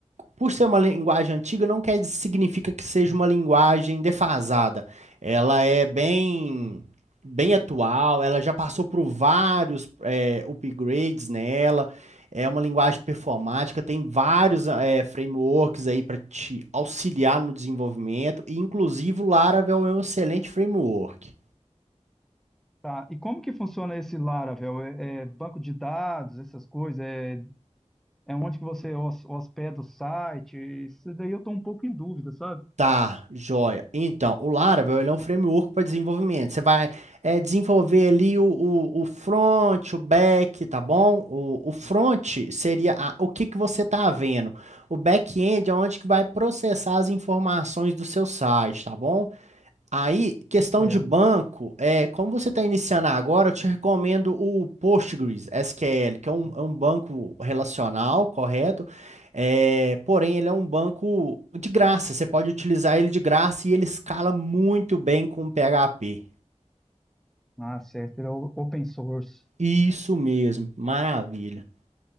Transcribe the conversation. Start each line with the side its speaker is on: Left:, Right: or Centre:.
Right: por ser uma linguagem antiga, não quer significa que seja uma linguagem defasada. Ela é bem bem atual. Ela já passou por vários é, upgrades nela. É uma linguagem performática. Tem vários é, frameworks aí para te auxiliar no desenvolvimento. E inclusive o Laravel é um excelente framework.
Centre: Tá. E como que funciona esse Laravel? É, é banco de dados, essas coisas? É, é onde que você hos- hospeda o site? Isso daí eu tô um pouco em dúvida, sabe?
Right: Tá, joia. Então, o Laravel ele é um framework para desenvolvimento. Você vai é, desenvolver ali o, o, o front, o back, tá bom? O, o front seria a- o que que você está vendo. O back-end é onde que vai processar as informações do seu site, tá bom? Aí, questão
Centre: É,
Right: de banco, é, como você está iniciando agora, eu te recomendo o Postgres SQL, que é um, é um banco relacional, correto? É, porém, ele é um banco de graça, você pode utilizar ele de graça e ele escala muito bem com o PHP.
Centre: ah, certo, ele é o- open source.
Right: Isso mesmo, maravilha.